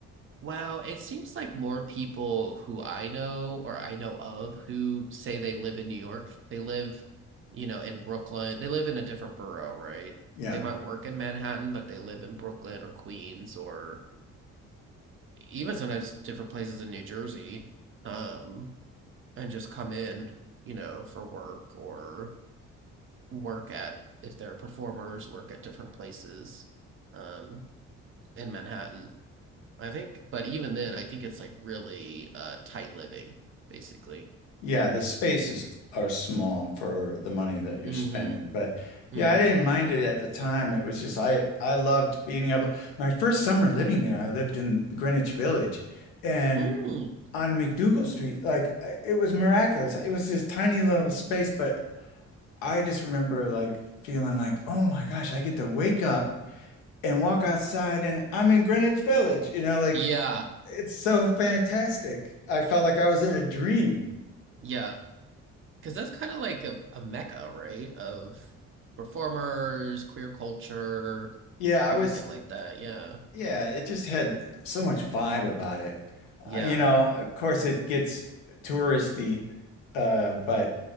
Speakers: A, on the right; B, on the left.
A: Well, it seems like more people who I know or I know of who say they live in New York, they live, you know, in Brooklyn. They live in a different borough, right?
B: Yeah,
A: They might work in Manhattan, but they live in Brooklyn or Queens or even sometimes different places in New Jersey, um, and just come in, you know, for work or work at if they're performers, work at different places um, in Manhattan. I think, but even then, I think it's like really uh, tight living, basically.
B: yeah, the spaces are small for the money that you're
A: hmm
B: spending, but
A: hmm
B: yeah, I didn't mind it at the time. It was just I I loved being able. My first summer living there, I lived in Greenwich Village, and
A: Mm.
B: on McDougal Street, like I- it was miraculous. It was this tiny little space, but I just remember like feeling like, oh my gosh, I get to wake up and walk outside and I'm in Greenwich Village. You know, like
A: Yeah.
B: it's so fantastic. I felt like I was in a dream.
A: Yeah. Because that's kind of like a, a mecca, right? Of performers, queer culture,
B: Yeah, I
A: everything
B: was,
A: like that. Yeah.
B: yeah, it just had so much vibe about it. Uh,
A: Yeah.
B: you know, of course it gets touristy, uh, but